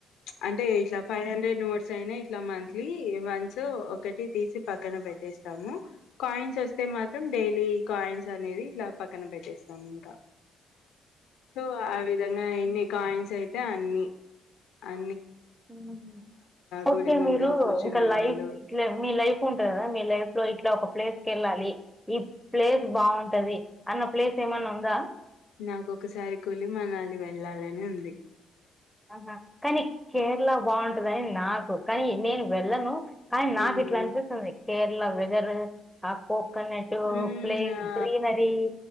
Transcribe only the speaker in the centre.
హ్ ఓకే
మీరు
ఇంకా లైఫ్
ఇట్ మీ లైఫ్ ఉంటంది కదా మీ లైఫ్లో ఇట్లా ఒక ప్లేస్కెళ్ళాలి. ఇ ప్లేస్ బాగుంటది. అన్న ప్లేస్ ఏమన్న ఉందా?
ఆహా. కానీ కేరళ బాగుంటదని నాకు కానీ నేను వెళ్ళను. కానీ నాకు
ఇట్లలనిపిస్తుంది. కేరళ వెదర్ కోకోనట్
ప్లేస్
గ్రీనరీ